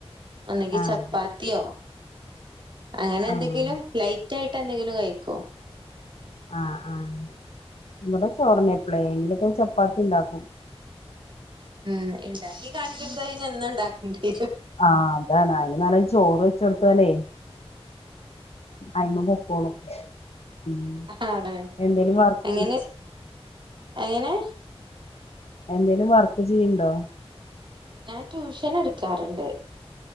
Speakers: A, on the right; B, on the left.
A: ഒന്നെങ്കി
B: ആഹ്
A: ചപ്പാത്യോ..... അങ്ങനെന്തെങ്കിലും
B: ആഹ്
A: ലൈറ്റ് ആയിട്ട് എന്തെങ്കിലും കഴിക്കു.
B: ആഹ് ആഹ ഇവിടെ ചോറനെ എപ്പളെലും ഒക്കെ ചപ്പാത്തി ഇണ്ടാക്കും.
A: ഉം ഇണ്ടാക്കി കാണിചൊടുത്ത പിന്നെ എന്നും ഇണ്ടാക്കേണ്ടിരും.
B: ആഹ അതാണ് അയിന് നല്ല ചോറ് വെച്ചെടുത്തല്ലേ. അയമേ പൊക്കോളും. ഉം
A: ആടേ
B: എന്തേലും വർക്ക്
A: എങ്ങനെ എങ്ങനെ.
B: എന്തേലും വർക്ക് ചെയ്യണ്ടോ.
A: ഞാൻ ട്യൂഷൻ എടുക്കാറണ്ട്.